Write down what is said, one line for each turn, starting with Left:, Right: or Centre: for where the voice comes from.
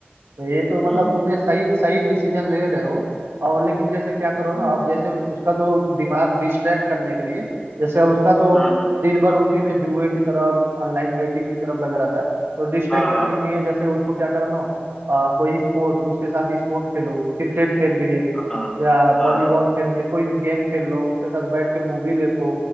Right: तो ये तो मतलब
Left: हाँ
Right: तुमने सही सही डिसीजन ले रहे हो और लेकिन जैसे क्या करो
Left: हाँ
Right: ना अब जैसे उसका तो दिमाग डिस्ट्रैक्ट करने के लिए जैसे उसका तो
Left: हाँ
Right: दिन भर उसी में जुए की तरफ ऑनलाइन बेटिंग की तरफ लगा रहता है तो डिस्ट्रैक्ट
Left: हाँ हाँ
Right: करने के
Left: हाँ
Right: लिए जैसे उसको क्या करो ना आ, कोई स्पोर्ट उसके साथ स्पोर्ट खेलो क्रिकेट खेल लिए
Left: हाँ हाँ
Right: या वॉलीबॉल
Left: हाँ,
Right: खेल लिए कोई भी गेम खेल लो उसके साथ बैठ के मूवी देखो